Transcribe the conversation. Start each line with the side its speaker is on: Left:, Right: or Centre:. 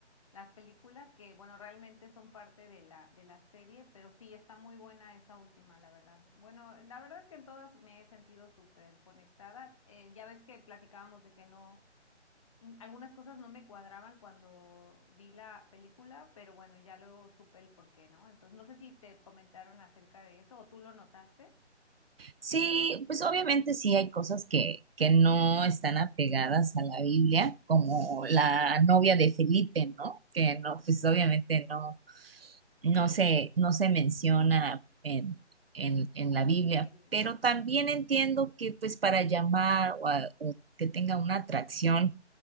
Left: las películas que, bueno, realmente son parte de la, de la serie, pero sí, está muy buena esa última, la verdad. Bueno, la verdad es que en todas me he sentido súper conectada. Eh, ya ves que platicábamos de que no, mm, algunas cosas no me cuadraban cuando vi la película, pero bueno, ya luego supe el por qué, ¿no? Entonces, no sé si te comentaron acerca de eso o tú lo notaste.
Right: Sí, pues obviamente sí hay cosas que, que no están apegadas a la Biblia, como la novia de Felipe, ¿no? Que no, pues obviamente no. no se, no se menciona en, en, en la Biblia,
Left: familia.
Right: pero
Left: Ujú.
Right: también entiendo que pues para llamar o, a- o que tenga una atracción